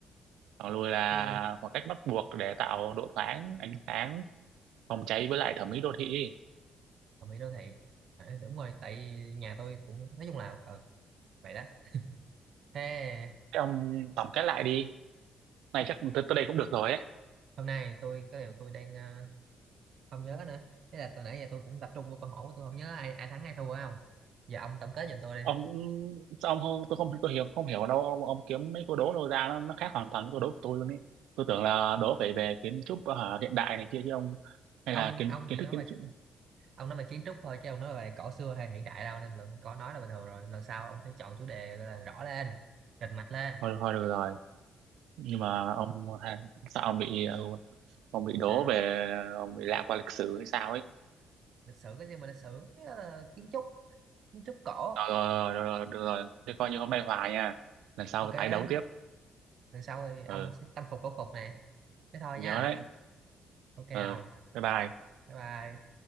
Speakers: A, on the right; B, on the right.
A: Khoảng lùi là
B: chứ
A: khoảng cách bắt buộc để tạo độ thoáng, ánh sáng, phòng cháy với lại thẩm mỹ đô thị.
B: còn bị đô thị à, đúng rồi tại vì nhà tôi cũng nói chung là ừ, vậy đó thế
A: Thế ông tổng kết lại đi. Này chắc tới tới đây cũng được rồi ấy.
B: hôm nay tôi có điều tôi đang ờ, không nhớ nữa thế là từ nãy giờ tôi cũng tập trung vô câu hỏi của tôi không nhớ ai ai thắng ai thua phải không giờ ông tổng kết giùm tôi
A: ông
B: đi
A: sao ông không tôi không tôi hiểu không hiểu ở đâu ông ông kiếm mấy câu đố đâu ra nó, nó khác hoàn toàn với câu đố của tôi luôn ý tôi tưởng là đố phải về kiến trúc hả, hiện đại này kia chứ ông hay
B: ông
A: là kiến
B: ông
A: kiến
B: chỉ
A: thức
B: nói
A: kiến
B: về
A: trúc
B: ông nói về kiến trúc thôi chứ ông nói về cổ xưa hay hiện đại đâu nên là có nói là bình thường rồi lần sau ông phải chọn chủ đề gọi là rõ lên rành mạch lên
A: thôi thôi được rồi nhưng mà ông hả, sao ông bị ừ, ông bị đố
B: sao
A: về ông bị lạc qua lịch sử hay sao ấy
B: lịch sử cái gì mà lịch sử Thế là kiến trúc kiến trúc cổ
A: rồi rồi rồi, rồi, được rồi thế coi như hôm nay hòa nha lần sau
B: ok
A: tái đấu tiếp
B: lần sau thì ông
A: ừ
B: sẽ tâm phục khẩu phục này thế thôi
A: nhớ
B: nha
A: đấy
B: ok không
A: ừ bye bye
B: bye bye